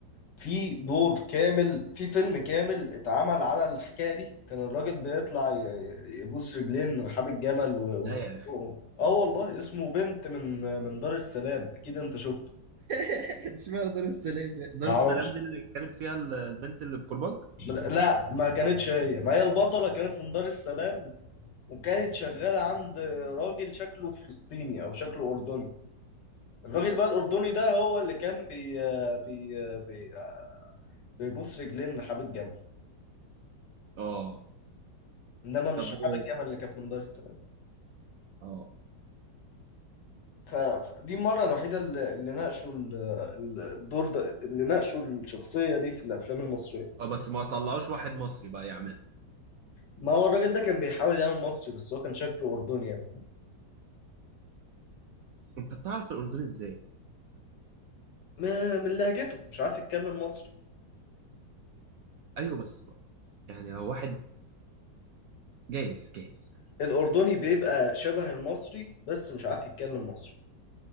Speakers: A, on the left; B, on the right.
A: في دور كامل في فيلم كامل اتعمل على الحكاية دي كان الراجل بيطلع ي- ي- يبوس رجلين رحاب الجمل و...
B: لا
A: وتخنقه.
B: يا
A: اه والله اسمه بنت من من دار السلام اكيد انت شفته
B: <laughs> اشمعنى دار السلام يعني دار
A: ما اعرفش
B: السلام دي اللي كانت فيها ال- البنت اللي بكرباج
A: لا ما كانتش هي ما هي البطلة كانت من دار السلام وكانت شغالة عند راجل شكله فلسطيني او شكله اردني الراجل بقى الاردني ده هو اللي كان بي بي بي بيبوس رجلين رحاب الجمل
B: اه
A: انما مش
B: طب
A: رحاب
B: و...
A: الجمل اللي كانت من دار السلام
B: اه
A: ف- فدي المرة الوحيدة اللي اللي ناقشوا ال- ال- الدور ده اللي ناقشوا الشخصية دي في الافلام المصرية
B: اه بس ما طلعوش واحد مصري بقى يعملها
A: ما هو الراجل ده كان بيحاول يعمل مصري بس هو كان شكله اردني يعني
B: انت بتعرف الاردن ازاي
A: ما- من لهجته مش عارف يتكلم مصري
B: ايوه بس بقى يعني لو واحد جايز جايز
A: الأردني بيبقى شبه المصري بس مش عارف يتكلم مصري